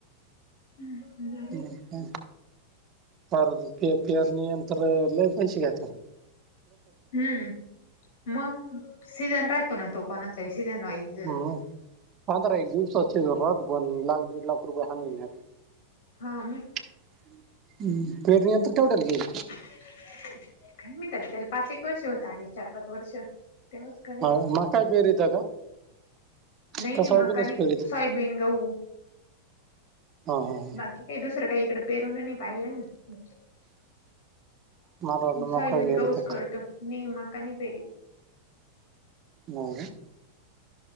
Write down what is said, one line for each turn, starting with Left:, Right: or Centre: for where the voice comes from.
Left: हम्म हो ला
Right: हं पेर पेरणी यंत्र लय पैशे घेतान.
Left: हम्म मग सीझन राहतो ना तो कोणाचा सीझन वाईज.
Right: हम्म पंधरा एक दिवसाचे राहत पण लाख दीड लाख रुपये ह्या महिन्यात.
Left: हां मग.
Right: हम्म पेरणी यंत्र केवढ्याला गेईल?
Left: काय माहीत आता त्याला, पाच एक वर्ष होत आले, चार पाच वर्ष. तेव्हाच करेल
Right: हा मकाय पेरीता का?
Left: नाहीय
Right: का
Left: नाही
Right: सोयाबीनच
Left: मका नाही,
Right: पेरीता
Left: सोयाबीन गहू
Right: हा हा
Left: बाकी. ते दुसरं काय इकड पेरून नाही पाहिलं ना.
Right: मला वाटलं
Left: सायबीन
Right: मका पेरीता
Left: गऊज करत,
Right: काय
Left: ने माका नाही पेरीत.
Right: हो का